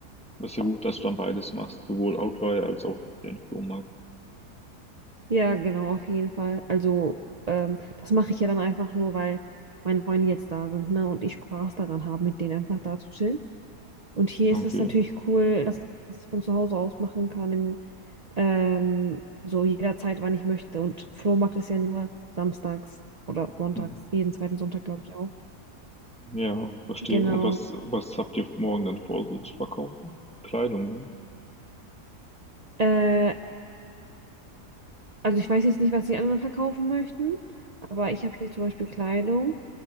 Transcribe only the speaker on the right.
Ja, genau, auf jeden Fall. Also, ähm, das mache ich ja dann einfach nur, weil meine Freunde jetzt da sind, ne, und ich Spaß daran habe, mit denen einfach da zu chillen. Und hier
ist es natürlich cool, dass ich das von zu Hause aus machen kann, im, ähm, so jederzeit, wann ich möchte. Und Flohmarkt ist ja nur samstags oder sonntags,
jeden zweiten Sonntag, glaube ich auch.
Genau.
Äh, Also ich weiß jetzt nicht, was die anderen verkaufen möchten, aber ich habe hier zum Beispiel Kleidung.